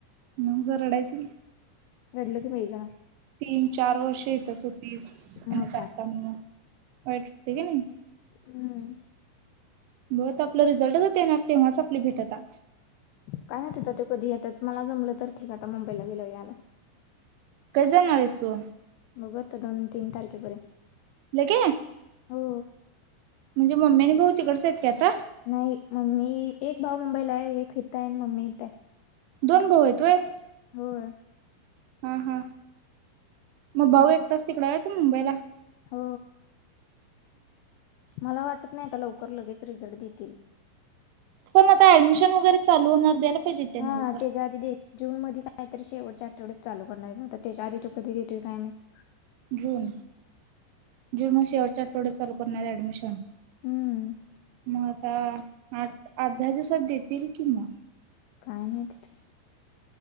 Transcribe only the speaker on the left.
रडलो की बाई जरा
मग
काय
हम्म
काय माहित आता ते कधी येतात मला जमलं तर ठीक आता मुंबईला गेलोवर यायला
बघू आता दोन तीन तारखेपर्यंत
हो
नाही मम्मी एक भाऊ मुंबईला हाय, एक हिथं हाय आणि मम्मी इथंय.
होय
हो मला वाटत नाही आता लवक कर लगेच रिझल्ट देतील
हा
त्याच्या आधी देत जून मध्ये काय तरी शेवटच्या आठवड्यात चालू करणार म त्याच्या आधी त कधी देतोय काय माहीत
हम्म
काय नाही तिथं